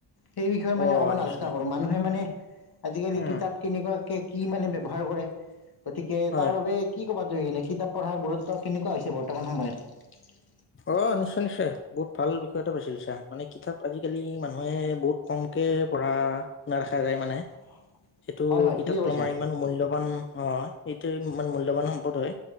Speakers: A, on the left; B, on the left.
A: সেই বিষয়ে
B: অ
A: মানে অকমান
B: নিশ্চয়
A: আলোচনা কৰো মানুহে মানে আজিকালি
B: উম
A: কিতাপ কেনেকুৱাকে কি মানে ব্যৱহাৰ কৰে। গতিকে
B: হয়
A: তাৰ বাবে কি ক'বা তুমি? কিতাপ পঢ়াৰ গুৰুত্ব কেনেকুৱা হৈছে বৰ্তমান সময়ত।
B: অ' নিশ্চয়, নিশ্চয় বহুত ভাল বিষয় এটা বাছি লৈছা মানে কিতাপ আজিকালি মানুহে বহুত কম এনকে পঢ়া-শুনা দেখা যায় মানে
A: হয়।
B: সেইটো
A: হয়
B: কিতাপটো
A: ঠিকে কৈছা।
B: আমাৰ ইমান মূল্যবান অ' সেইটো ইমান মূল্যবান সম্পদ হয়